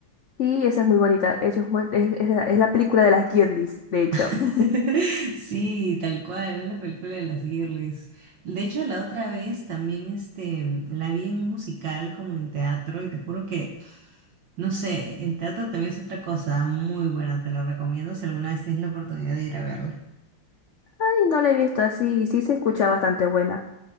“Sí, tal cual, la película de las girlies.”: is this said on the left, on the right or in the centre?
Right